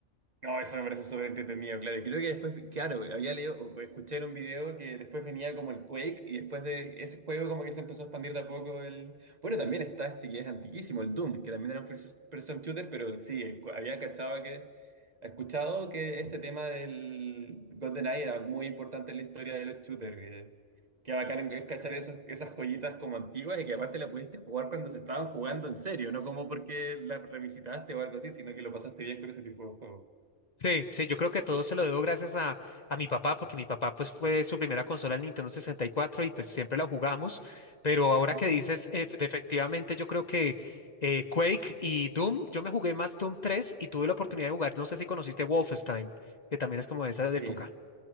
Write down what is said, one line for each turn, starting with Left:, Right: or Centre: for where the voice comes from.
Right: No, eso me parece súper entretenido, claro. Y Creo que después, claro, había leído, o escuché en un video que después venía como el Quake y después de ese juego como que se empezó a expandir de a poco el... Bueno, también está este que es antiquísimo, el Doom, que también era un first person shooter, pero sí, el cu- había cachado que... Escuchado que este tema del GoldenEye era muy importante en la historia de los shooters, que, que bacán es cachar esos, esas joyitas como antiguas y que aparte la pudiste jugar cuando se estaban jugando en serio, no como porque la revisitaste o algo así, sino que lo pasaste bien con ese tipo de juegos.
Left: Sí, sí, yo creo que todo se lo debo gracias a, a mi papá, porque mi papá pues fue su primera consola el Nintendo 64 y cuatro y pues siempre la jugamos, pero ahora
Right: Ah,
Left: que dices, ef- efectivamente yo creo que eh, Quake y Doom, yo me jugué más Doom 3 y tuve la oportunidad de jugar, no sé si conociste Wolfenstein, que también es como de esa
Right: Sí,
Left: época.